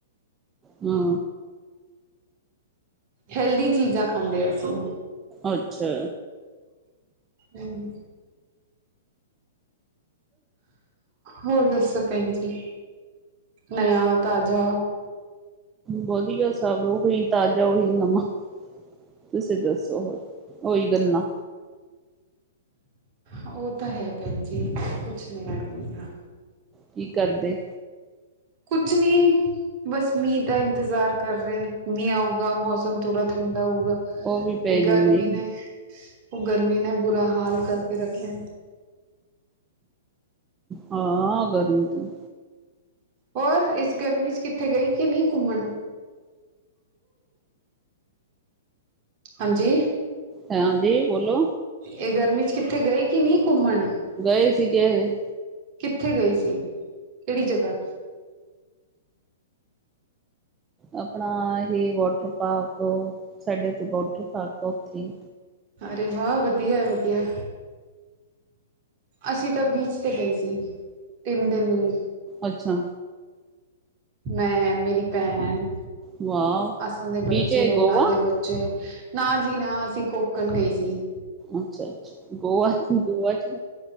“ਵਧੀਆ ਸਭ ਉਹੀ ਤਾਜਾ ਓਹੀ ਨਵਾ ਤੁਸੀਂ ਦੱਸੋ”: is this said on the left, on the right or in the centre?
Right